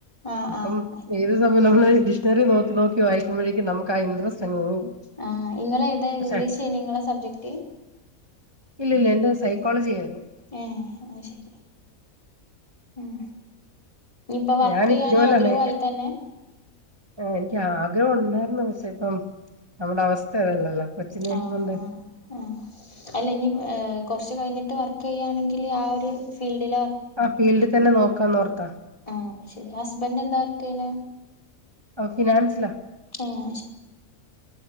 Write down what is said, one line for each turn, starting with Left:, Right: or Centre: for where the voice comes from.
Left: ആഹ്
Right: അപ്പം
Left: ആഹ്
Right: ഏത് സമയം നമ്മള് ഡിക്ഷണറി നോക്കി നോക്കി വായി മ്പോഴേക്കും നമുക്ക് ആ ഇൻട്രസ്റ്റ് അങ്ങ് പോവും
Left: ആ നിങ്ങള് ഏതാ
Right: പക്ഷെ
Left: ഇംഗ്ലീഷ് നിങ്ങളെ സബ്ജക്ട്
Right: ഇല്ല ഇല്ല എന്റെ സൈക്കോളജി ആയിരുന്നു
Left: ഏ അത് ശരി ഉം ഇപ്പൊ വർക്ക്
Right: ഞാൻ
Left: ചെയ്യാൻ
Right: ഇഗ്നോയിലാണ്
Left: ആഗ്രഹമായി തന്നെ
Right: എനിക്ക് ആഗ്രഹം ഉണ്ടായിരുന്നു പക്ഷേ ഇപ്പം നമ്മുടെ അവസ്ഥ അതല്ലല്ലോ കൊച്ചിനെ
Left: ആ
Right: കൊണ്ട്
Left: ആഹ് ആ അല്ല ഇനി ഏ കുറച്ച് കഴിഞ്ഞിട്ട് ട്ട് വർക്ക് ചെയ്യാണെങ്കിൽ ആ ഒരു ഫീൽഡില
Right: ആ ഫീൽട് തന്നെ നോക്കാന്നോർത്ത
Left: ആ ശരി ഹസ്ബെന്റെന്താ വർകെയ്യണേ
Right: ആ ഫിനാൻസില
Left: ഏഹ്